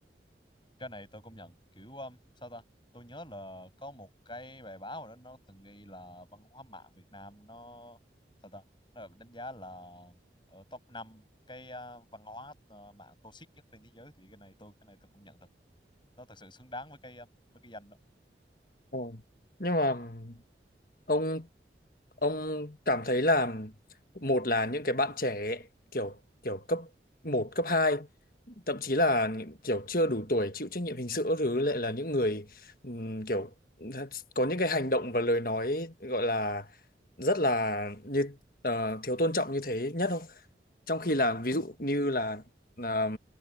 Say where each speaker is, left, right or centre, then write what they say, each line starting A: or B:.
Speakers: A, on the left; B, on the left.
A: cái này tôi công nhận kiểu um, sao ta tôi nhớ là có một cái bài báo rồi đó nó từng ghi là văn hóa mạng Việt Nam nó sao ta nó được đánh giá là ở top 5 cái à, văn hóa à, mạng toxic nhất trên thế giới thì cái này tôi cái này tôi công nhận thật nó thật sự xứng đáng với cái à, với cái danh đó
B: Ờ. Nhưng mà ông ông cảm thấy là một là những cái bạn trẻ ấy, kiểu kiểu cấp một cấp hai thậm chí là những kiểu chưa đủ tuổi chịu trách nhiệm hình sự các thứ lại là những người ừm, kiểu có những cái hành động và lời nói gọi là rất là như ờ, thiếu tôn trọng như thế nhất không? trong khi là ví dụ như là là